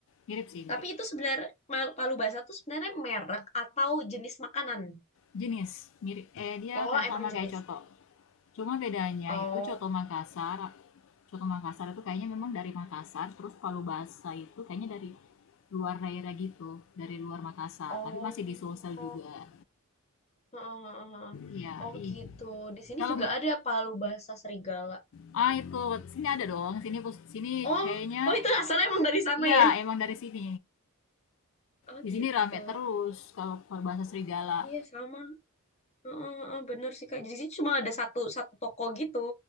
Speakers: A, on the left; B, on the left.
A: mirip. sih, mirip.
B: Tapi itu sebenarnya Palu Basa tuh sebenarnya merek atau jenis makanan?
A: Jenis, mirip. Eh, dia
B: Oh,
A: kayak
B: emang
A: sama
B: jenis.
A: kayak coto. Cuma bedanya
B: Oh,
A: itu coto Makassar, coto Makassar itu kayaknya memang dari Makassar, terus palu Basa itu kayaknya dari luar daerah gitu, dari luar Makassar.
B: oh,
A: Tapi masih di Sulsel
B: Heeh,
A: juga.
B: heeh, heeh, heeh.
A: Iya,
B: Oh
A: ih.
B: gitu. Di sini
A: Kalau
B: juga ada palu bahasa serigala.
A: ah itu sini ada dong, sini sini
B: Oh,
A: kayaknya
B: oh itu asalnya emang dari sana
A: iya
B: ya?
A: emang dari sini.
B: Oh
A: Di
B: gitu.
A: sini rame terus kalau berbahasa serigala.
B: Iya sama. Heeh, heeh, bener sih Kak. Jadi di sini cuma ada satu satu toko gitu.